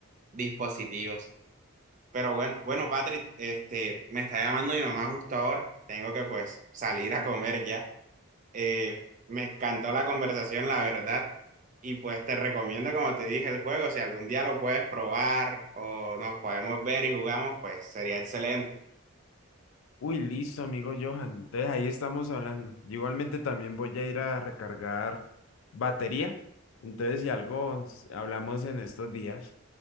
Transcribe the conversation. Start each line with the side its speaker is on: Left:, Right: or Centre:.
Right: dispositivos. Pero bueno, bueno, Patrick, este, me está llamando mi mamá justo ahora, tengo que pues salir a comer ya. Eh, me encantó la conversación, la verdad. Y pues te recomiendo, como te dije, el juego. Si algún día lo puedes probar o nos podemos ver y jugamos, pues sería excelente.
Left: Uy, listo, amigo Johan. Entonces ahí estamos hablando. Yo igualmente también voy a ir a recargar batería. Entonces, si algo, s- hablamos en estos días.